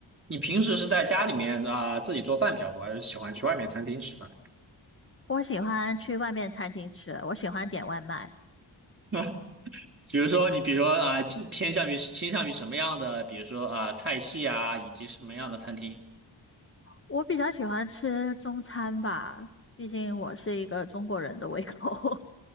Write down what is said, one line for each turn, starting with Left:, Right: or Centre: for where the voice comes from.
Right: 你平时是在家里面啊、自己做饭比较多，还是喜欢去外面餐厅吃饭？
Left: 我喜欢去外面餐厅吃，我喜欢点外卖。
Right: <laughs> 比如说你，比如说啊、倾偏向于倾向于什么样的，比如说啊、菜系啊，以及什么样的餐厅？
Left: 我比较喜欢吃中餐吧，毕竟我是一个中国人的胃口。